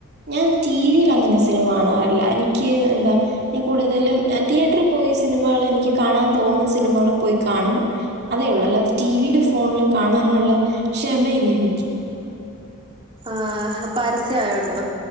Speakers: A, on the right (about 50°); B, on the right (about 25°).
A: ഞാൻ ടി വി അങ്ങനെ സിനമ കാണാറില്ല എനിക്ക് എന്താ കൂടുലും തിയറ്ററിൽ പോയി സിനിമകൾ ക കാണാൻ തോന്നും സിനിമകൾ പോയി കാണും അതേള്ളൂ അല്ലാതെ ടിവിലും ഫോണിലും കാണാനുളള ക്ഷ ക്ഷമ ഇല്ല എനിക്ക്
B: ആ പരസ്യ ആയോണ്ടോ